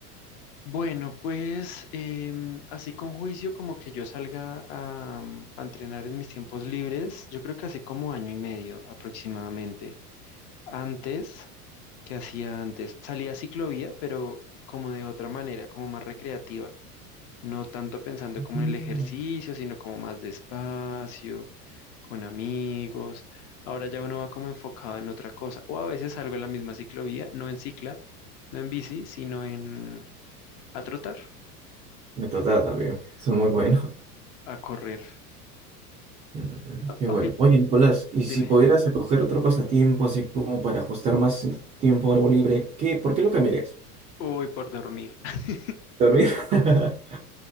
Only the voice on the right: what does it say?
Mm.
Me trata también, eso es muy bueno. <laughs>
Mm,
Qué
bueno. Oye, Nicolás, y
si pudieras escoger otro pasatiempo, así como para ajustar más tiempo a algo libre, ¿qué, por qué lo cambiarías?
¿Dormir? <laughs>